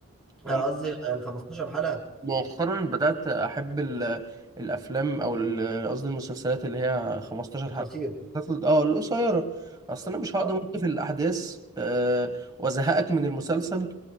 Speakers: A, in the centre; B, on the right (about 20°).
A: آه،
B: انا
A: قصدي الخمستاشر حلقه
B: مؤخرا بدأت أحب ال- الأفلام أو ال- قصدي المسلسلات اللي هي 15
A: القصيره
B: حلقة المسلسلات- اه القصيرة أصل أنا مش هقدر
A: صح؟
B: أمط في الأحداث آه، وأزهقك من المسلسل